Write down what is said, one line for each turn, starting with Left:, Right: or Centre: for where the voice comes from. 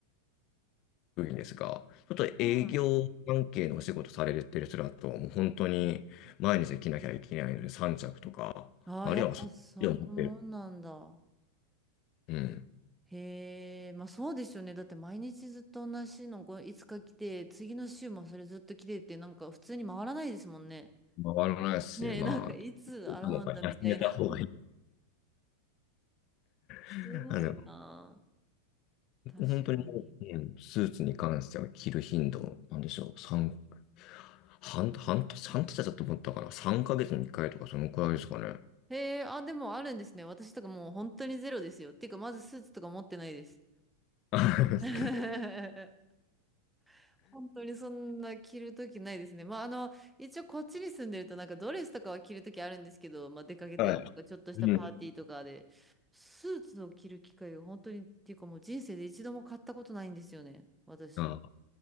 Left: 員ですが、ちょっと営業関係のお仕事されてる人だと、
Centre: うんあ
Left: もう本当に毎日着なきゃいけないので、3着とか、
Centre: ーやっぱそんなもんなんだ。
Left: あるいはそっちを持ってる。うん。
Centre: へえ、まあそうですよね。だって毎日ずっと同じのこういつか着て、次の週もそれずっと着てって、なんか普通に回らないですもんね。
Left: 回らないし、
Centre: ねえ、
Left: まあ、
Centre: なんかいつ洗うんだみたいな。
Left: 多分休めた方がいい。
Centre: <laughs> すごいなあ。
Left: <laughs> あの、
Centre: 確かに。
Left: 本当にもう、うんスーツに関しては着る頻度、なんでしょう、三半、半年、半年だと思ったから、3ヶ月に1回とか、そのくらいですかね。
Centre: へえ、あ、でもあるんですね。私とかもう本当にゼロですよ。っていうか、まずスーツとか持ってないです。
Left: <laughs>
Centre: <laughs> 本当にそんな着るときないですね。まあ、あの、一応こっちに住んでるとなんかドレスとかは着るときあるんですけど、まあ、出かけたりとか、
Left: はい。
Centre: ちょっとしたパーティーとかで、
Left: うん。
Centre: スーツを着る機会が本当に、っていうかもう人生で一度も買ったことないんですよね、私。
Left: あ、